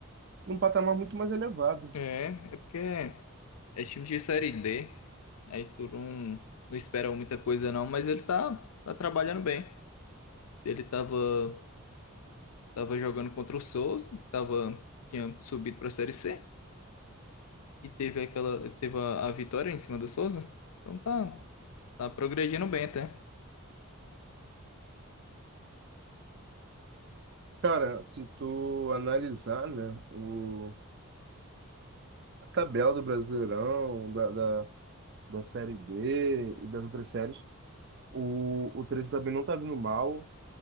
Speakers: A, on the right; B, on the left.
A: num patamar muito mais elevado.
B: É, é porque é time de Série D. Aí tu não, não espera muita coisa não, mas ele tá, tá trabalhando bem. Ele tava, tava jogando contra o Souza, que tava, tinha subido pra Série C. E teve aquela, teve a, a vitória em cima do Souza. Então tá, tá progredindo bem até.
A: Cara, se tu analisar, né, o, a tabela do Brasileirão, da, da, da Série D e das outras séries, o, o 13 também não tá vindo mal,